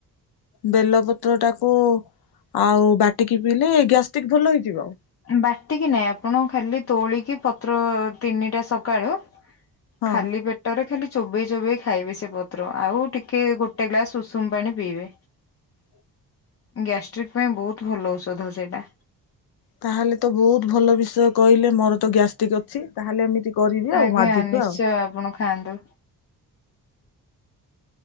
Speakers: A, on the left; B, on the left.
A: ବେଲ ପତ୍ର ଟାକୁ ଆଉ ବାଟିକି ପିଇଲେ ଗ୍ୟାଷ୍ଟିକ ଭଲ ହେଇଯିବ?
B: ବାଟିକି ନାହିଁ ଆପଣ ଖାଲି ତୋଳିକି ପତ୍ର ତିନିଟା ସକାଳୁ
A: ହଁ
B: ଖାଲି ପେଟ ପେଟରେ ଖାଲି ଚୋବେଇ ଚୋବେଇ ଖାଇବେ ସେ ପତ୍ର ଆଉ ଟିକେ ଗୋଟେ ଗ୍ଲାସ ଉଷୁମ ପାଣି ପିଇବେ।
A: <inaudible>
B: ଗ୍ୟାଷ୍ଟ୍ରିକ୍ ପାଇଁ ବହୁତ ଭଲ ଔଷଧ ସେଇଟା।
A: ତାହେଲେ ତ ବହୁତ ଭଲ ବିଷୟ କହିଲେ ମୋର ତ ଗ୍ୟାଷ୍ଟିକ। ଅଛି ତାହେଲେ ଏମିତି କରିବି
B: ଆଜ୍ଞା
A: ଆଉ ଆଜିଠୁ
B: ନିଶ୍ଚୟ
A: ଆଉ।
B: ଆପଣ ଖାଆନ୍ତୁ।